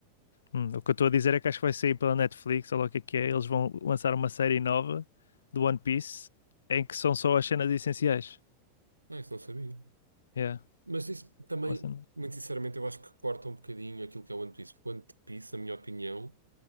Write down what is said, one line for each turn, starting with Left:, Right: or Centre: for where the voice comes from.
Left: Hum, o que eu estou a dizer é que acho que vai sair pela Netflix, ou lá o que é que é. Eles vão lançar uma série nova do One Piece em que são só as cenas essenciais.
Right: Ah, isso não sabia.
Left: Yeah.
Right: Mas isso também,
Left: é uma cena.
Right: muito sinceramente, eu acho que corta um bocadinho aquilo que é o One Piece. Porque o One Piece, na minha opinião,